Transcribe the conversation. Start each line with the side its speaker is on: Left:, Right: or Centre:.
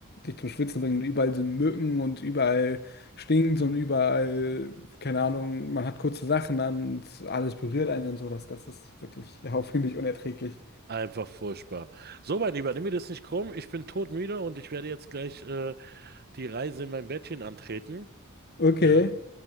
Left: dich zum Schwitzen bringt. und Überall sind Mücken und überall stinkt und überall, keine Ahnung, man hat kurze Sachen an und alles berührt einen und so. Das, das ist wirklich, ja, <laughs> finde ich unerträglich.
Right: Einfach furchtbar. So, mein Lieber, nimm mir das nicht krumm. Ich bin todmüde und ich werde jetzt gleich äh, die Reise in mein Bettchen antreten.
Left: Okay,
Right: Ja.